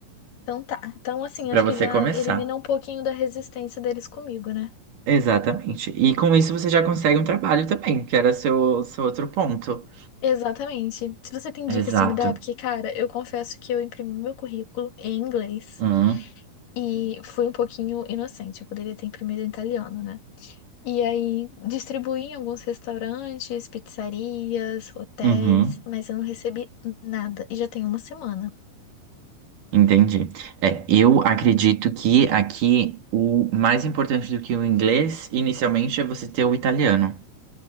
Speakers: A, on the left; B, on the right.
A: Então tá. Então, assim,
B: Pra
A: acho
B: você
A: que já
B: começar.
A: elimina um pouquinho da resistência deles comigo, né?
B: Exatamente. E com isso você já consegue um trabalho também, que era seu, seu outro ponto.
A: Exatamente. Se você tem dicas
B: Exato.
A: pra me dar, é porque, cara, eu confesso que eu imprimi meu currículo em inglês
B: Hum,
A: e fui um pouquinho inocente. Eu poderia ter imprimido em italiano, né? E aí distribuí em alguns restaurantes, pizzarias, hotéis,
B: uhum,
A: mas eu não recebi nada. E já tem uma semana.
B: entendi. É, eu acredito que aqui o mais importante do que o inglês, inicialmente, é você ter o italiano.